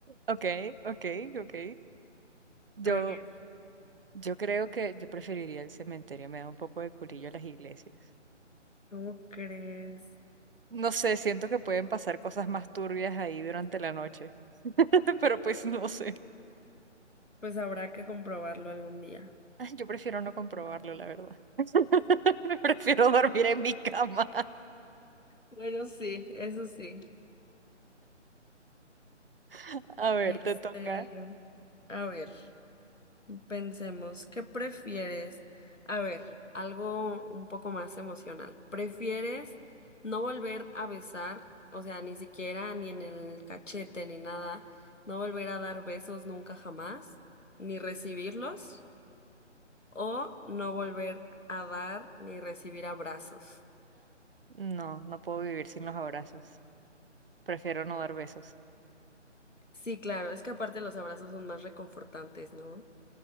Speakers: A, on the right; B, on the left.
A: Ok, ok, ok. Yo,
B: A ver,
A: yo creo que yo preferiría el cementerio, me da un poco de culillo las iglesias.
B: ¿cómo crees?
A: No sé, siento que pueden pasar cosas más turbias ahí durante la noche, <laughs> pero pues no sé.
B: Pues habrá que comprobarlo algún día.
A: <laughs> Yo prefiero no comprobarlo, la verdad. <laughs> Prefiero dormir en mi cama.
B: Bueno, sí, eso sí.
A: <laughs> A ver,
B: Este,
A: te toca.
B: a ver. Pensemos, ¿qué prefieres? A ver, algo un poco más emocional. ¿Prefieres no volver a besar, o sea, ni siquiera ni en el cachete ni nada, no volver a dar besos nunca jamás, ni recibirlos, o no volver a dar ni recibir abrazos?
A: No, no puedo vivir sin los abrazos. Prefiero no dar besos.
B: Sí, claro, es que aparte los abrazos son más reconfortantes, ¿no?